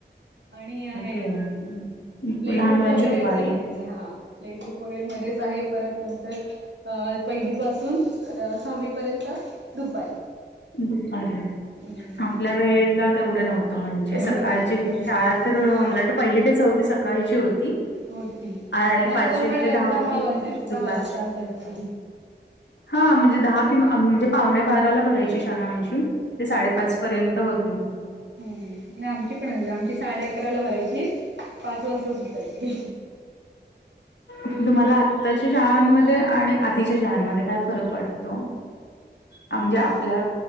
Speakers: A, on the right; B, on the left.
A: आणि आहे
B: के लहान
A: प्ले ग्रुप
B: मुलांची
A: वगैरे
B: दुपारी
A: असे मध्येच हा प्ले ग्रुप वगैरे मध्येच आहे परत नंतर अ पहिली पाासून सहावीपर्यंत दुपारी
B: दुपारी
A: हम्म
B: आपल्या वेळेला तेवढं नव्हतं म्हणजे
A: तेवढं
B: सकाळची
A: नाही त्यांचं
B: शाळा तर
A: हा
B: मला वाटत पहिली तेच होती सकाळची होती
A: होती
B: आणि
A: नाहीतर
B: पाचवी
A: मग डायरेक्ट
B: ते दहावी
A: दहा वाजे दहा
B: दुपारच्या
A: वाजता असायची.
B: हा म्हणजे दहा किं म्हणजे पावणे बाराला भरायची शाळा आमची ते साडेपाच पर्यंत होतील
A: हम हम नाही आमची पण अस आमची साडे अकराला भरायची पाच वाजता सुतायची
B: अच् तुम्हाला आत्ताच्या शाळांमध्ये आणि आधीच्या शाळांमध्ये काय फरक वाटतो आ म्हणजे आपल्या
A: आता